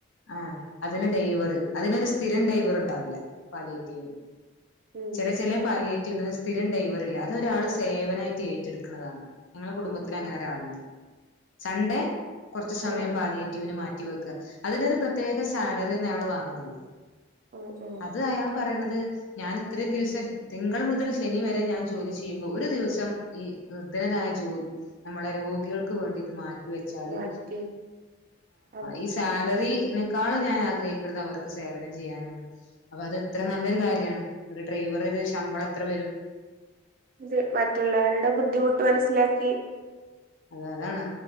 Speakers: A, on the left; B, on the right.
A: ആഹ് അതിന് ഡൈവർ അതിനൊരു സ്ഥിരം ഡൈവർ ഉണ്ടാവില്ല പാലിയേറ്റീന്
B: ഉം
A: ചില ചില പാലിയേറ്റിവിനു സ്ഥിരം ഡ്രൈവറല്ല അതൊരാള് സേവനമായിട്ട് ഏറ്റെടുക്കണതാണ് ഞങ്ങളെ കുടുംബത്തിന്
B: ഉം
A: അങ്ങനെ
B: ഉം
A: ഒരാളുണ്ട് സൺഡേ കുറച്ചു സമയം
B: ആഹ് ആഹ്
A: പാലിയേറ്റിവന് മാറ്റിവെക്ക അതിനൊരു പ്രത്യേക സാലറി ഒന്നും അയാള് വാങ്ങണില്ല
B: ആഹ് ആഹ്
A: അത് അയാള് പറയണത് ഞാൻ ഇത്രയും ദിവസം തിങ്കൾ മുതൽ ശനി വരെ ഞാൻ ജോലി ചെയ്യുമ്പോ ഒരു ദിവസം ഈ വൃധനനായ ജോലി നമ്മളെ രോഗികൾ മാറ്റ വെച്ചാല്
B: മാറ്റി അതെ
A: ഈ സാലറിനെക്കാളും ഞാൻ ആഗ്രഹിക്കുന്നത് അവർക്ക് സേവനം ചെയ്യാനാണ് അപ്പൊ അതത്ര നല്ലൊരു കാര്യമാണ് ഒരു ഡ്രൈവർ ഒരു ശമ്പളം അത്ര വരും
B: അതെ മറ്റുള്ളവരുടെ ബുദ്ധിമുട്ട് മനസ്സിലാക്കി
A: അത അതാണ്